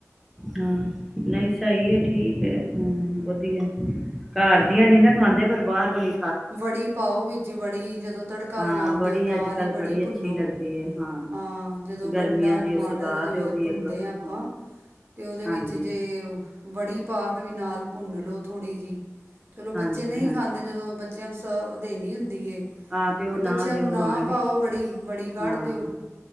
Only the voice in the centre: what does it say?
ਹਾਂ ਨਹੀਂ ਸਹੀ ਹੈ ਠੀਕ ਹੈ। ਹੂੰ ਵਧੀਆ। ਘਰ
ਦੀਆਂ ਨੀ ਨਾ ਖਾਂਦੇ ਪਰ ਬਾਹਰ ਵਾਲੀਆ
ਹਾਂ
ਬੜੀ
ਅੱਜ ਕੱਲ੍ਹ
ਬੜੀ ਅੱਛੀ
ਲੱਗਦੀ ਹੈ ਹਾਂ
ਗਰਮੀਆਂ
ਦੀ
ਉਹ ਸੁਗਾਤ
ਉਹ ਵੀ
ਇੱਕ
ਹਾਂ
ਹਾਂਜੀ
ਹਾਂਜੀ
ਹਾਂਜੀ
ਹਾਂ ਤੇ ਉਹ
ਨਾ ਦਿਓ
ਹਾਂ ਇਹ
ਹਾਂ